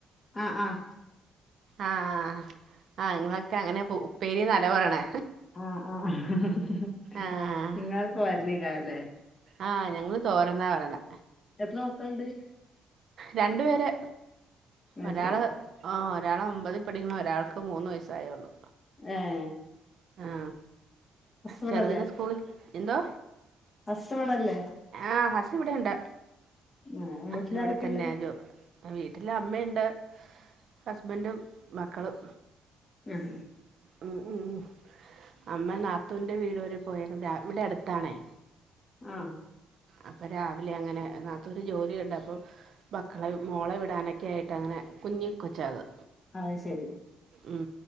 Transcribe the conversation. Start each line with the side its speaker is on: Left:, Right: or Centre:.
Left: ആഹ് ആഹ്
Right: ആഹ് ആഹ് ഇങ്ങളൊക്കെ അങ്ങനെ പൊ ഉ ഉപ്പേരിന്നാലെ പറ്ണെ
Left: ആഹ് ആഹ്
Right: ആഹ്
Left: നിങ്ങൾ പോ വജ്മെ രാവ് ലേ
Right: ആഹ് ഞങ്ങള് തോരനാ പറയ്ന്നെ
Left: എത്ര മക്കള്ണ്ട്
Right: രണ്ട് പേര്
Left: അത്
Right: ഒരാള്
Left: ശരി
Right: ആഹ് ഒരാള് ഒമ്പതിൽ പഠിക്ക്ണ് ഒരാൾക്ക് മൂന്ന് വയസ്സായേള്ളൂ.
Left: ഏഹ്
Right: ആഹ്
Left: ഹസ് ഇവിടല്ലേ
Right: ചെറുതിനെ സ്കൂളി എന്തോ
Left: ഹസ് ഇവിടെ അല്ലേ?
Right: ആഹ് ഹസ് ഇവിടെയുണ്ട്.
Left: ആഹ്
Right: അത്
Left: വീട്ടിലാരൊക്കെയുള്ളേ
Right: ഇവിടെ തന്നൊ ജോ വീട്ടില് അമ്മയുണ്ട്. ഹസ്ബന്റും മക്കളും.
Left: ഉം
Right: ഉം ഉം അമ്മ നാത്തൂന്റെ വീട് വരെ പോയേ രാ ഇവിടെ അടുത്താണേ.
Left: ആഹ്
Right: അപ്പോ രാവിലെ അങ്ങനെ നാത്തൂന് ജോലിയുണ്ട് അപ്പോ മക്കളെ മോളെ വിടാനൊക്കെ ആയിട്ട് അങ്ങനെ കുഞ്ഞി കൊച്ചാ അത്.
Left: അത് ശരി
Right: ഉം